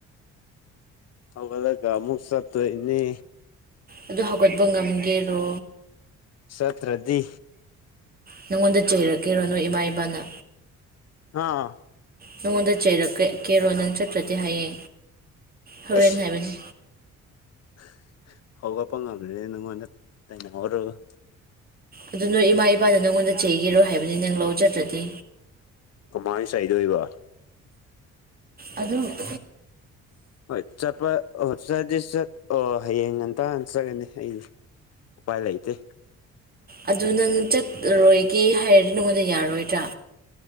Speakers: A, on the left; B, on the right.
A: ꯍꯧꯒꯠꯂꯒ ꯃꯨꯛ ꯆꯠꯇꯣꯏꯅꯤ
B: ꯑꯗꯨ ꯍꯧꯒꯠꯄ ꯉꯝꯒꯦꯔꯣ
A: ꯁꯇ꯭ꯔꯗꯤ
B: ꯅꯪꯉꯣꯟꯗ ꯆꯩꯔꯛꯀꯤꯔꯣ ꯅꯣꯏ ꯏꯃꯥ ꯏꯄꯥꯅ
A: ꯑꯥ
B: ꯅꯪꯉꯣꯟꯗ ꯆꯩꯔ ꯀꯦꯔꯣ ꯅꯪ ꯆꯠꯇ꯭ꯔꯗꯤ ꯍꯥꯏꯌꯦ ꯍꯣꯔꯦꯟ
A: ꯑꯩꯁ
B: ꯍꯥꯏꯕꯅꯤ
A: <unintelligible> ꯍꯧꯒꯠꯄ ꯉꯝꯗ꯭ꯔꯦ ꯅꯪꯉꫭꯟꯗ ꯇꯥꯏꯅꯍꯧꯔꫭ
B: ꯑꯗꯨ ꯅꯣꯏ ꯏꯃꯥ ꯏꯄꯥꯅ ꯅꯪꯉꯣꯟꯗ ꯆꯩꯒꯦꯔꯣ ꯍꯥꯏꯕꯅꯤ ꯅꯪ ꯂꯧ ꯆꯠꯇ꯭ꯔꯗꯤ
A: ꯀꯝꯃꯥꯏ ꯆꯩꯗꯣꯏꯕ
B: ꯑꯗꯨ <unintelligible>
A: ꯍꯣꯏ ꯆꯠꯄ <unintelligible> ꯆꯠꯇꯤ ꯆꯠ ꯑꯣ ꯍꯌꯦꯡ ꯉꯟꯇꯥꯅ ꯆꯠꯀꯅꯤ ꯑꯩꯅ ꯎꯄꯥꯏ ꯂꯩꯇꯦ
B: ꯑꯗꯨ ꯅꯪ ꯆꯠꯂꯔꫭꯏꯒꯦ ꯍꯥꯏꯔꯗꯤ ꯅꯉꯣꯟꯗ ꯌꯥꯔꯣꯏꯗ꯭ꯔ